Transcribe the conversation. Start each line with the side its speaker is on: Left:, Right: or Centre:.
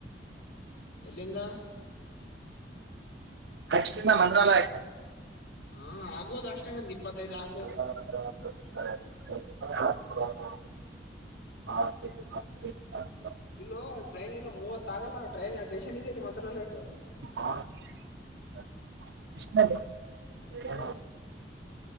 Left: ಎಲ್ಲಿಂದ.
Right: ಆಕ್ಚುಲಿಂದ್ ಮಂತ್ರಾಲಯಕ್ ಆಯ್ತ.
Left: ಹಾ ಆಗ್ಬೋದು ಅಷ್ಟೇ ಒಂದ್ ಇಪ್ಪತ್ತೈದ್ ಆಗ್ಬೋದು.
Right: ಹೌ ಹ. ಹ ಆ <unintelligible>
Left: ಇಲ್ಲೊ ಟ್ರೈನ್ ಇಲ್ಲ ಮೂವತ್ ಆಗಲ್ಲ ಟ್ರೈನ್ ಸ್ಟೇಷನ್ ಇದೆ ಮಂತ್ರಾಲಯದು.
Right: ಹಾ ಪ್ರಷ <inaudible>
Left: ಹಲೋ